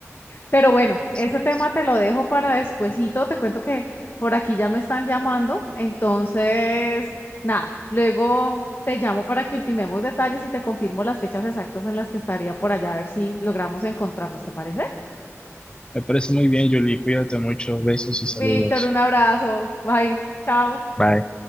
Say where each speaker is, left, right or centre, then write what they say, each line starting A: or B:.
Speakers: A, on the left; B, on the left.
A: Pero bueno, ese
B: Así es.
A: tema te lo dejo para despuesito. Te cuento que por aquí ya me están llamando. Entonces, nada, luego te llamo para que ultimemos detalles y te confirmo las fechas exactas en las que estaría por allá, a ver si logramos encontrarnos, ¿te parece?
B: Me parece muy bien, Julie. Cuídate mucho. Besos y saludos.
A: Víctor, un abrazo. Bye. Chao.
B: Bye.